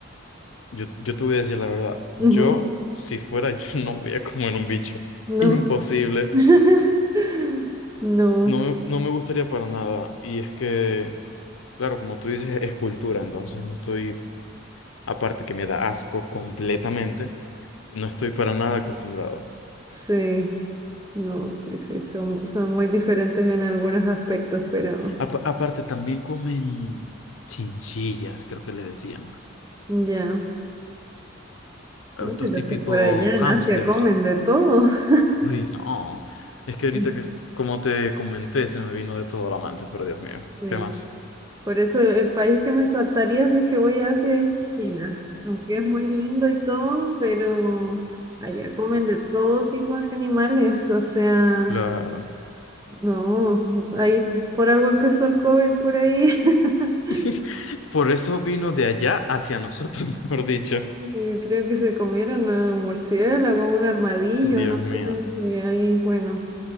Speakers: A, on the left; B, on the right.
A: Yo, yo te voy a decir la verdad. Yo,
B: Ujú,
A: si fuera yo, <laughs> no voy a comer un bicho.
B: No.
A: Imposible.
B: <laughs> No.
A: No me, no me gustaría para nada. Y es que, claro, como tú dices, es cultura. Entonces no estoy, aparte que me da asco completamente, no estoy para nada acostumbrado.
B: Sí. No, sí, sí. Son, son muy diferentes en algunos aspectos, pero
A: Apa- aparte, también comen chinchillas, creo que le decían.
B: ya.
A: a
B: No,
A: Estos
B: pero
A: típicos
B: si por allá en
A: hámsters.
B: Asia comen de todo. <laughs>
A: Uy, no. Es que ahorita
B: Sí.
A: que, es- como te comenté, se me vino de todo la mente, pero Dios mío,
B: sí.
A: ¿qué más?
B: Por eso el, el país que me saltaría si es que voy a Asia es China. Aunque es muy lindo y todo, pero allá comen de todo tipo de animales. O sea,
A: Claro.
B: no. Ahí por algo empezó el COVID por ahí. <laughs>
A: <laughs> Por eso vino de allá hacia nosotros, <laughs> mejor dicho.
B: Y creo que se comieron a un murciélago, un armadillo,
A: Dios
B: no
A: mío.
B: sé. Y ahí, bueno,